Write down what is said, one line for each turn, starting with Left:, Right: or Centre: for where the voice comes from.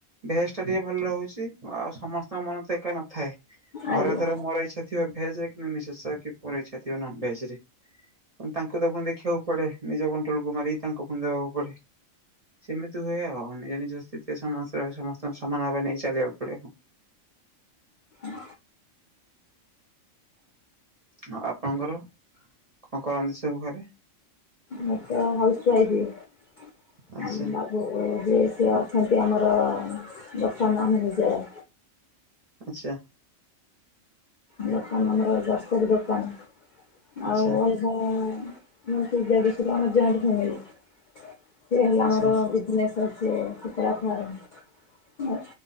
Right: ଭେଜଟା ଟିକେ ଭଲ ରହୁଛି ଆଉ ସମସ୍ତଙ୍କ ମନ ତ ଏକା ନଥାଏ
Left: ଆଜ୍ଞା
Right: ଘରେଧର ମୋର ଇଛା ଥିବ ଭେଜ ରେ କିନ୍ତୁ ମିସେଶରେ କି ପୁଅର ଇଚ୍ଛାଥିବ ନନ୍ ଭେଜରେ। ତାଙ୍କୁ ତ ପୁଣି ଦେଖିବାକୁ ପଡେ। ନିଜ କଣ୍ଟ୍ରୋଲକୁ ମାରିକି ତାଙ୍କୁ ପୁଣି ଦେବାକୁ ପଡେ। ସେମିତି ହୁଏ ଆଉ ନିଜ ନିଜ ସ୍ଥିତିରେ ରେ ସମସ୍ତ ସମସ୍ତଙ୍କ ସମାନ ଭାବ ନେଇ ଚାଲିବାକୁ ପଡ଼େ।
Left: ହଁ।
Right: ଆଉ ଆପଣଙ୍କର କଣ କରନ୍ତି ସବୁ ଘରେ?
Left: ମୁଁ ତ ହାଉସ୍ ୱାଇଫ
Right: ଆଚ୍ଛା
Left: ଆମ ବାବୁ ଯିଏ ସେ ଅଚ୍ଛ ସେମତି ଆମର ବର୍ତ୍ତମାନ ଆମେ ନିଜର
Right: ଆଚ୍ଛା।
Left: ଦୋକାନ ଆମର ଗ୍ରୋସରି ଦୋକାନ
Right: ଆଚ୍ଛା
Left: ଆଉ ଅଲଗା ମୋର ସେ ଦେଢଶୁର ଆମ ଜଏଣ୍ଟ ଫ୍ୟାମିଲି। ସିଏ ହେଲେ
Right: ଆଚ୍ଛା।
Left: ଆମର ବିଜିନେସ ତ ସିଏ କୁକୁଡ଼ା ଫାର୍ମ କ